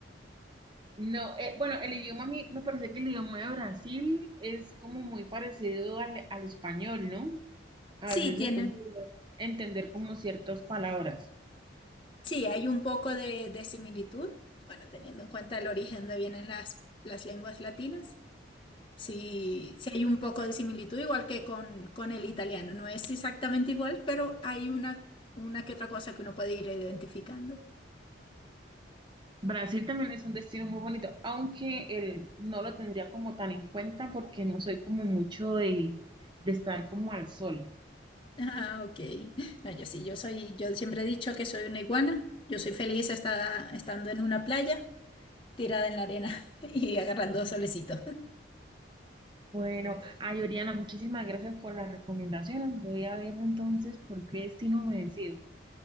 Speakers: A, on the right; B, on the left.
A: No, eh, bueno, el idioma a mí me parece que el idioma de Brasil es como muy parecido al, al español, ¿no? A
B: Sí,
A: veces
B: tienen.
A: se puede entender como ciertas palabras.
B: Sí, hay un poco de, de similitud, bueno, teniendo en cuenta el origen de vienen las, las lenguas latinas. Sí, sí hay un poco de similitud, igual que con, con el italiano. No es exactamente igual, pero hay una, una que otra cosa que uno puede ir identificando. <laughs>
A: Brasil también es un destino muy bonito, aunque el, no lo tendría como tan en cuenta porque no soy como mucho de, de estar como al sol.
B: Ah, ok. No, yo sí, yo soy, yo siempre he dicho que soy una iguana. Yo soy feliz esta- estando en una playa, tirada en la arena <laughs> y agarrando solecito.
A: Bueno, ay, Oriana, muchísimas gracias por las recomendaciones. Voy a ver entonces por qué si no me decido.